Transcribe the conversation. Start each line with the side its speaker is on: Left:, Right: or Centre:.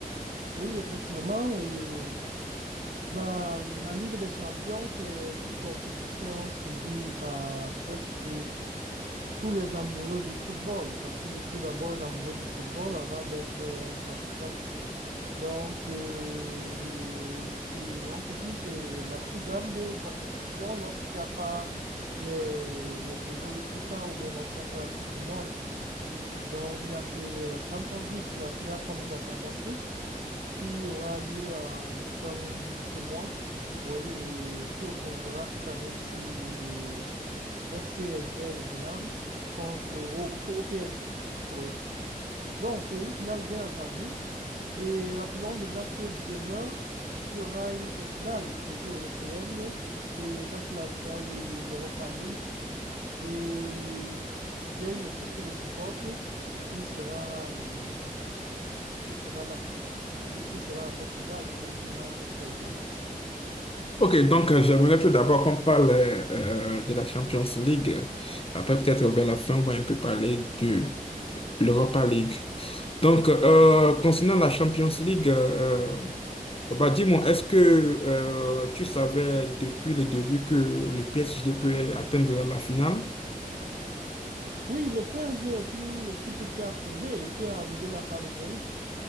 Right: Oui, effectivement, euh, la, la Ligue des Champions, c'est une compétition suivie par presque tous les amoureux du football, parce que je suis d'abord un amoureux du football avant d'être un pratiquant. Donc, euh, ici, on peut dire que c'est la plus grande compétition lorsqu'il n'y a pas les, les périodes FIFA ou bien lorsqu'il n'y a pas la Coupe du Monde. Donc, il n'y a que la Champions League, c'est la finale qu'on nous attendons tous. qui aura lieu en fin de ce mois, oui, et qui opposera cette année-ci le FC Inter de Milan contre au, P- au PSG. Oui. Donc, c'est une finale bien attendue. Et rappelons déjà que demain, il y aura une autre finale, toujours européenne. Et ça, c'est la finale de l'Europa League. Et j'ai une équipe que je supporte qui sera, euh, qui sera là, qui, qui sera à cette finale, c'est-à-dire Manchester United.
Left: Ok, donc euh, j'aimerais tout d'abord qu'on parle euh, euh, de la Champions League. Après, peut-être vers la fin, on va un peu parler de L'Europa League. Donc, euh, concernant la Champions League, euh, bah, dis-moi, est-ce que euh, tu savais depuis le début que le PSG peut atteindre la finale?
Right: Oui, le PSG est une équipe qui a prouvé et qui est arrivée là par le mérite.